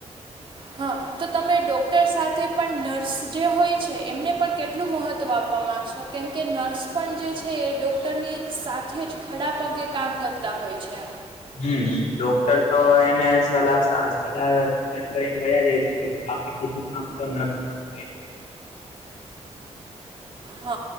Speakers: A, on the right; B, on the left.
A: હા તો તમે ડૉક્ટર સાથે પણ નર્સ જે હોય છે. એમને પણ કેટલું મહત્ત્વ આપવા માગશો? કેમકે નર્સ પણ જે છે. એ ડૉક્ટરની સાથે જ ખડા પગે કામ કરતા હોય છે.
B: હમ ડોક્ટર તો એને સલાહ સ <unintelligible> કરીને વયા જાય છે પછી બાકી બધુ કામ તો નર્સ નુ હોય
A: હ